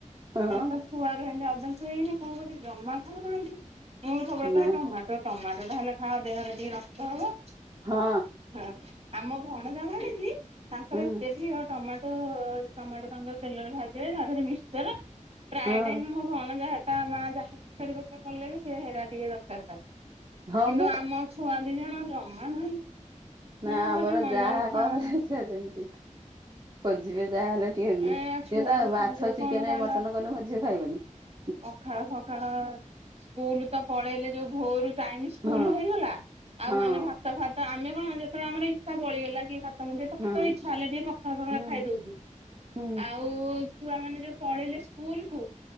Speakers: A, on the right; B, on the right.
A: ହଁ
B: ତାଙ୍କର ତ ଛୁଆରୁ ହେନ୍ତି ଅଭ୍ୟାସ ହେଇନି କଣ କରିବି? ଜମା ଖାଉନାହାନ୍ତି ମୁଁ ସବୁବେଳେ
A: ନା
B: କହେ ଟମାଟୋ ଟମାଟୋ ତାହଲେ ଖାଅ ଦେହରେ ଟିକେ ରକ୍ତ ହବ।
A: ହଁ।
B: ହଁ ଆମ ଭଣଜା ଭାଣିଜୀ ତାଙ୍କର
A: ହୁଁ
B: ଏତେ ପ୍ରିୟ ଟମାଟୋ ଟମାଟୋ ତାଙ୍କର ତେଲରେ ଭାଜି ତା ଦେହରେ ମିକ୍ସର ପ୍ରାୟ
A: ହଁ
B: ଟାଇମ ମୋ ଭନ ଜା ଆ ଯାହା ତା ମା ଯାହା ଦରକାରୀ ପତ୍ର କଲେ ବି ସେ ହେରା ଟିକେ ଦରକାର ତାହାର
A: ହଁ
B: କିନ୍ତୁ
A: ବା
B: ଆମ ଛୁଆ ଦି ଜଣ ଜମା ନାହିଁ।
A: ନା
B: ମୁଁ
A: ଆମର
B: ଖାଲି ମନ
A: ଯାହା
B: ଖାଉନୁ
A: କରାଯାଇଥାଉ ସେମିତି ଖୋଜିବେ। ଯାହାହେଲେ ଟିକେ
B: ଏ ଛୁଆରୁ
A: ସିଏ ତ ମାଛ
B: ଯୋଉ
A: ଚିକେନ
B: କଣ କହିଲ
A: ମଟନ କଲେ ମୋ ଝିଅ ଖାଇବନି ।
B: ପଖାଳ ଫଖାଳ ସ୍କୁଲ ତ ପଳେଇଲେ ଯୋଉ ଭୋର ଟାଇମ୍ ସ୍କୁଲ
A: ହଁ
B: ହେଇଗଲା। ଆଉ
A: ହଁ
B: ମାନେ ଭାତ ଭାତ ଆମେ କଣ ଯେତେବେଳେ ଆମର ଇଛା ବଳିଗଲା କି ଭାତ ତମର ଟିକ ତ
A: ହଁ
B: କେତେବେଳେ ଇଛା ହେଲା ଟିକେ ପଖାଳ ପଖାଳ
A: ହଁ
B: ଖାଇ ଦଉଛୁ
A: ହଁ।
B: ଆଉ ଛୁଆମାନେ ଯୋଉ ପଲେଇଲେ ସ୍କୁଲ କୁ